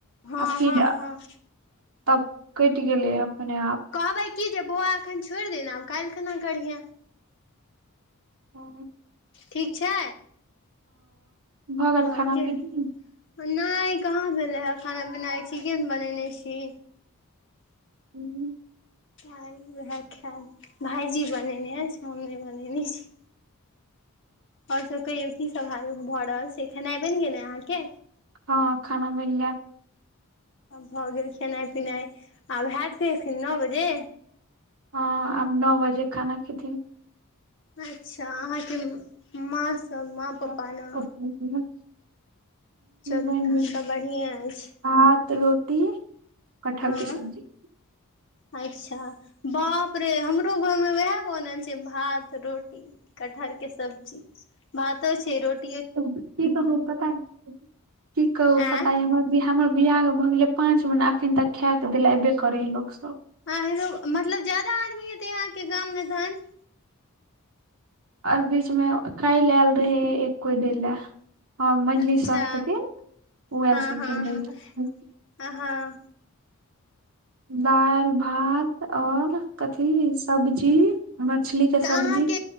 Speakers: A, on the left (about 55°); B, on the right (about 75°).
A: हँ
B: आ फेर।
A: हँ हँ
B: तब कइट गेले अपने आप।
A: कहबै की जे बौआ एखन छोड़ि दही आब काल्हि खना करिहे।
B: ओ।
A: ठीक छै।
B: भऽ गेल
A: <unintelligible>
B: खाना पीना
A: नहि कहाँ भेलै हे खाना पीना आई चिकेन बनेने छी।
B: हूं हूं।
A: आई वएह खायत भाई जी बनेने अछि हम नहि बनेने छी। आओर सब कहियो की सभऽ आयोग भ रहल छै खेनाइ बनि गेल अहाँ के।
B: हं खाना बनि गैल।
A: भऽ गेल खेनाइ पिनाइ आब हैत की एखन नौ बजे।
B: हँ आब नौ बजे खाना खेथिन।
A: अच्छा अहाँ के माँ सब माँ।
B: <inaudible>
A: पप्पा ने चलू
B: बनि
A: तहन
B: गेल
A: तऽ बढ़िएँ अछि।
B: भात रोटी। कटहल
A: हँ।
B: के सब्जी
A: अच्छा बाप रे हमरो घरमे उएह बनल छै भात रोटी। कटहर के सब्जी भातो छै रोट।
B: की कहू पता की कहु
A: आँय
B: पता या हमर वियाह। हमर बियाह के भऽ गेलै पाँंच महिना अखन तक खायक देले ऐबे करेहे लोक सब।
A: आहरो मतलब ज्यादा आदमी हेतै अहाँके गाम मे तहन।
B: आओर बीच मे काल्हि आयल रहे एक कोइ दैले। हँ मैझली
A: अच्छा
B: सौस छथिन ओ आयल
A: हँ
B: छलखिन
A: हँ
B: दैले।
A: हँ हँ
B: दालि भात आओर कथी सब्जी। मछली के। सब्जी
A: तऽ अहाँ के